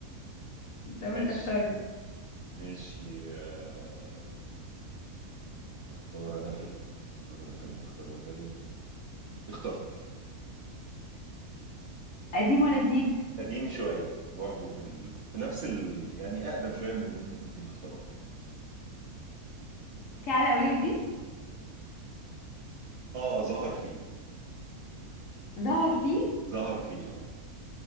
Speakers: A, on the left (about 65°); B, on the right (about 60°).
A: طب
B: ماشي
A: انت اختاري
B: ماشي آه، اختار انا فيلم اختار انا فيلم اختار انا فيلم اخترت
A: قديم ولا جديد
B: قديم شوية برضه في ال... في نفس ال... يعني أقدم شوية من اللي أنت كنت مختاره
A: في علاء ولي الدين
B: اه ظهر فيه
A: ظهر فيه
B: ظهر فيه اه